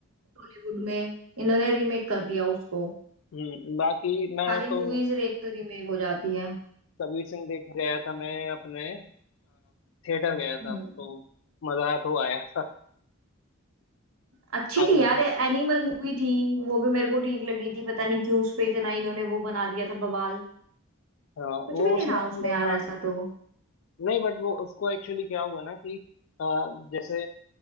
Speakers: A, on the right (about 90°); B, on the left (about 65°).
A: टॉलीवुड में इन्होंने रीमेक कर दिया उसको
B: हम्म बाकी मैं
A: सारी
B: तो
A: मूवीज एक तो रीमेक हो जाती है
B: कबीर सिंह देख गया था मैं अपने थिएटर गया था
A: हम्म
B: तो मजा तो आया था
A: अच्छी
B: आपने
A: थी यार
B: देख
A: एनिमल मूवी थी वो भी मेरे को ठीक लगी थी पता नहीं क्यों उस पे इतना इन्होंने वो बना दिया था बवाल
B: हाँ
A: कुछ
B: वो
A: भी
B: उसमें
A: नहीं था उसमें
B: थोड़ा
A: यार
B: सा
A: ऐसा तो
B: नहीं बट वो उसको एक्चुअली क्या हुआ ना कि अ, जैसे